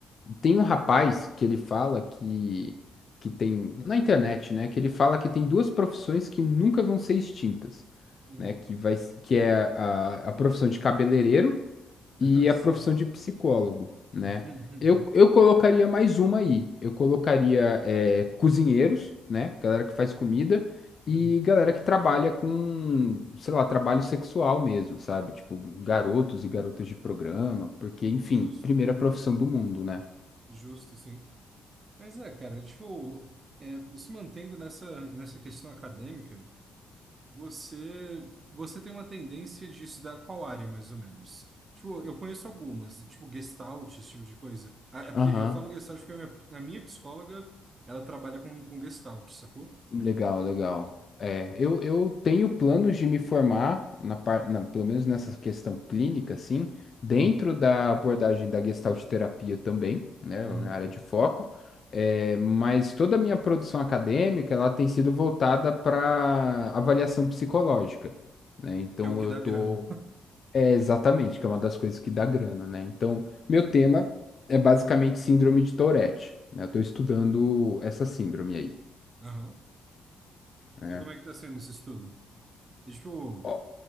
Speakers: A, on the left; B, on the right.
A: tem um rapaz que ele fala que, que tem, na internet, né? Que ele fala que tem duas profissões que nunca vão ser extintas.
B: Uhum.
A: Né, que vai, que é a, a profissão de cabeleireiro
B: <laughs>
A: e
B: Só
A: a profissão de psicólogo, né?
B: <laughs>
A: Eu, eu colocaria mais uma aí. Eu colocaria é, cozinheiros, né? Galera que faz comida
B: Uhum.
A: e galera que trabalha com, sei lá, trabalho sexual mesmo, sabe? Tipo, garotos e garotas de programa, porque, enfim,
B: justo,
A: primeira
B: Uhum.
A: profissão do mundo, né?
B: justo, sim. Mas é, cara, tipo, é, se mantendo nessa, nessa questão acadêmica, você, você tem uma tendência de estudar qual área, mais ou menos? Tipo, eu conheço algumas, tipo, Gestalt, esse tipo de coisa. Ah, é porque
A: Aham.
B: eu falo Gestalt porque a minha, a minha psicóloga, ela trabalha com, com Gestalt, sacou?
A: Legal, legal. É, eu, eu tenho planos de me formar, na par, na- pelo menos nessa questão clínica, assim, dentro
B: Uhum.
A: da abordagem da Gestalt terapia também, né,
B: Uhum.
A: é a minha área de foco, é, mas toda a minha produção acadêmica, ela tem sido voltada para avaliação psicológica, né, então
B: Que é o que
A: eu
B: dá
A: tô...
B: grana.
A: É, exatamente, que é uma das coisas que dá grana, né, então meu tema é basicamente síndrome de Tourette, né, eu tô estudando
B: Hum.
A: essa síndrome aí,
B: Aham.
A: né.
B: E como é que tá sendo esse estudo? E, tipo,
A: Ó,